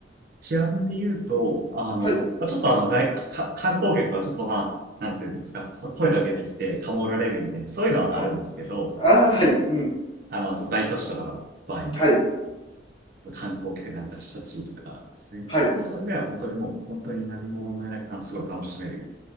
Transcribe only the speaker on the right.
治安で言うと、あの、
まあちょっとあの外、か、観光客はちょっとまあ、なんていうんですか、ちょっと声かけてきて、かもられるみたいな、そういうのはあるんですけど、
あの、その大都市とかの場合は、
観光客なんかした地域とかですね。
まあ、それ以外は本当にもう、本当に何も問題なく、すごい楽しめる、